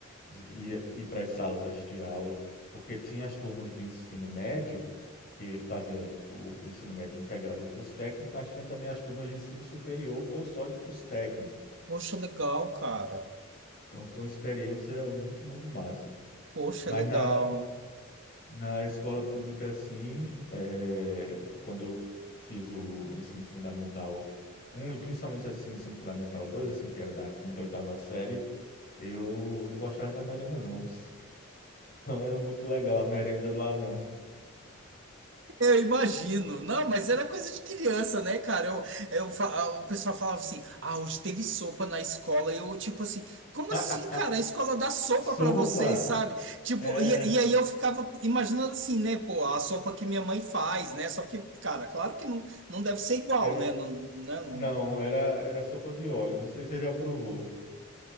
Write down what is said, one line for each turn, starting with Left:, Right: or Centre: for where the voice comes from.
Left: de ir, ir para as salas assistir a aula, porque tinha as turmas de ensino médio, que fazia o o ensino médio integrado a um curso técnico, mas tinha também as turmas de ensino superior ou só de curso técnico.
Right: Poxa, legal, cara.
Left: Então foi uma experiência muito, muito massa.
Right: Poxa,
Left: Mas
Right: legal.
Left: na, na escola pública, sim, é, quando eu f- fiz o ensino fundamental um e principalmente assim, o ensino fundamental 2 assim, que era da quinta, oitava série, eu não gostava da merenda, não. <laughs> Não era muito legal a merenda lá, não.
Right: Eu imagino. Não, mas era coisa de criança, né, cara? Eu, eu, fa- ah, o pessoal falava assim: ah, hoje teve sopa na escola. E eu, tipo assim, como
Left: <laughs>
Right: assim, cara? A escola dá sopa
Left: Sopa!
Right: pra vocês, sabe? Tipo,
Left: É.
Right: e, e aí eu ficava imaginando assim, né, pô, a sopa que minha mãe faz, né? Só que, cara, claro que não, não deve ser igual,
Left: Era,
Right: né? Não, né? Não,
Left: não, era, era sopa de óleo. Não sei se você já provou.